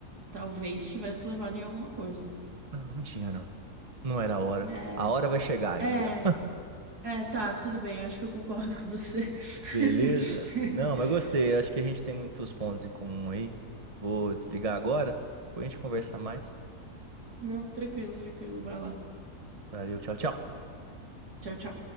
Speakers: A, on the right; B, on the right.
A: Talvez tivesse levado em alguma coisa.
B: Não, não tinha, não. Não era a hora.
A: É,
B: A hora vai chegar ainda.
A: é, é, tá, tudo bem, eu acho que eu concordo com você.
B: Beleza?
A: <laughs>
B: Não, mas gostei. Acho que a gente tem muitos pontos em comum aí. Vou desligar agora. Depois a gente conversa mais.
A: Não, tranquilo, tranquilo, vai lá.
B: Valeu, tchau, tchau.
A: Tchau, tchau.